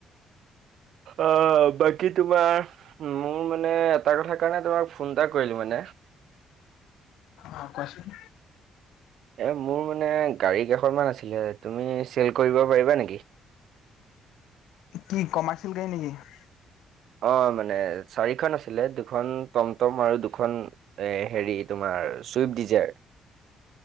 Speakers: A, on the right; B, on the left.
A: অ', বাকী তোমাৰ মোৰ মানে এটা কথা কাৰণে, তোমাক ফোন এটা কৰিলোঁ মানে।
B: অ' তাৰপিছত
A: এ মোৰ মানে গাড়ী কেইখনমান আছিলে। তুমি চেল কৰিব পাৰিবা নেকি?
B: কি কমাৰ্চিয়েল গাড়ী নেকি?
A: অ' মানে চাৰিখন আছিলে দুখন টমটম, আৰু দুখন এ হেৰি তোমাৰ চুইফট ডিজাৰ।